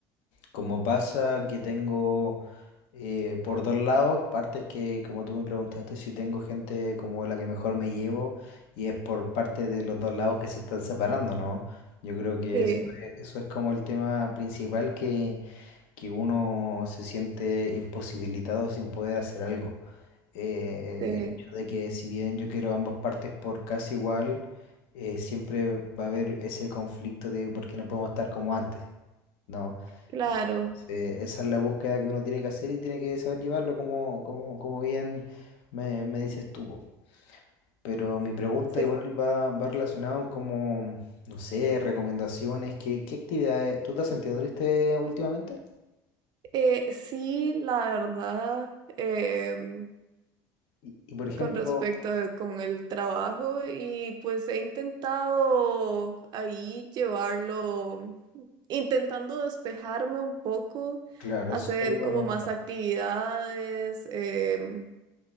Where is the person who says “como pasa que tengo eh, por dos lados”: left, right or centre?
Left